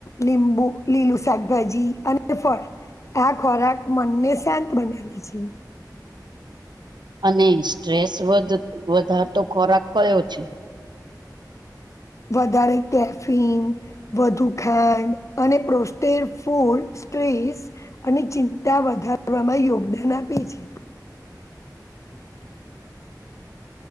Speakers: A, on the left; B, on the right.
A: લીંબુ, લીલું શાકભાજી અને ફળ. આ ખોરાક મનને શાંત બનાવે છે.
B: અને સ્ટ્રેસ વધ વધારતો ખોરાક કયો છે?
A: વધારે કેફિન, વધુ ખાંડ અને પ્રોસ્ટેડ ફૂડ સ્ટ્રેસ અને ચિંતા વધારવામાં યોગદાન આપે છે.
B: <inaudible>